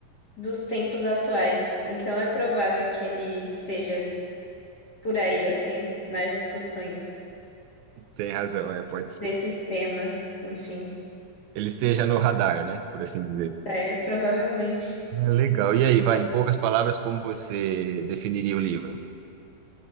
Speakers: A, on the left; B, on the right.
A: dos tempos atuais. Então é provável que ele esteja por aí, assim, nas discussões
B: tem razão, é, pode ser.
A: desses temas. Enfim,
B: Ele esteja no radar, né, por assim dizer.
A: é provavelmente.
B: É legal. E aí, vai, em poucas palavras, como você definiria o livro?